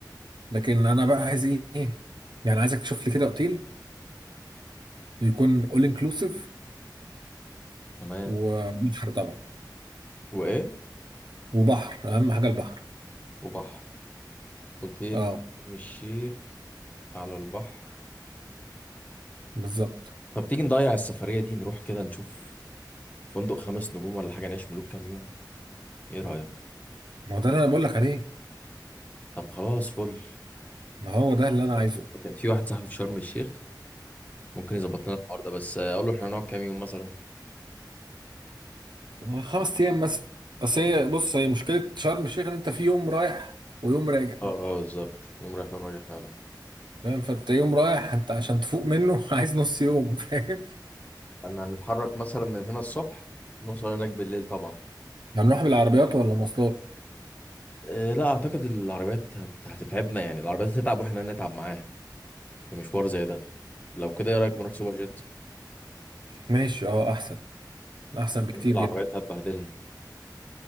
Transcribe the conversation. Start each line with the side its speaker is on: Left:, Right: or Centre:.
Right: لكن انا بقى عايز ايه إيه؟ يعني عايزك تشوف لي كده اوتيل يكون اول انكلوسيف
Left: تمام
Right: وبحر طبعا
Left: وايه؟
Right: وبحر اهم حاجه البحر
Left: وبحر اوتيل
Right: اه
Left: في شرم الشيخ على البحر
Right: بالظبط
Left: طب تيجي نضيع السفرية دي نروح كده نشوف فندق خمس نجوم ولا حاجة نعيش ملوك كام يوم ايه رأيك؟
Right: ما هو ده اللي انا بقول لك عليه
Left: طب خلاص فل
Right: ما هو ده اللي انا
Left: <laughs>
Right: عايزه
Left: كان في واحد صاحبي في شرم الشيخ ممكن يظبط لنا الحوار ده بس اقول له احنا هنقعد كام يوم مثلا
Right: خمس ايام مثلا اصل هي بص هي مشكله شرم الشيخ ان انت في يوم رايح ويوم راجع
Left: اه اه بالظبط يوم رايح يوم راجع فعلا
Right: فاهم فانت يوم رايح انت عشان تفوق منه <laughs> عايز نص يوم فاهم
Left: احنا هنتحرك مثلا من هنا الصبح نوصل هناك بالليل طبعا
Right: هنروح بالعربيات ولا مواصلات
Left: أه لا اعتقد العربيات هت... هتتعبنا يعني العربيات هتتعب واحنا هنتعب معاها في مشوار زي ده لو كده ايه رايك نروح سوبر جيت
Right: ماشي اه احسن احسن بكتير
Left: لان العربيات
Right: جدا
Left: هتبهدلنا